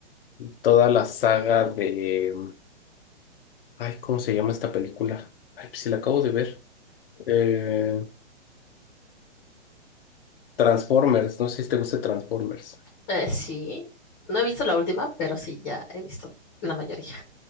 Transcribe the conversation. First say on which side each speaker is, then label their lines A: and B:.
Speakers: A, on the left; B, on the left.
A: toda la saga de, ay, ¿cómo se llama esta película? Ay, pues si la acabo de ver. Eh, Transformers, no sé si te gusta Transformers.
B: Eh, sí, no he visto la última, pero sí, ya he visto la mayoría.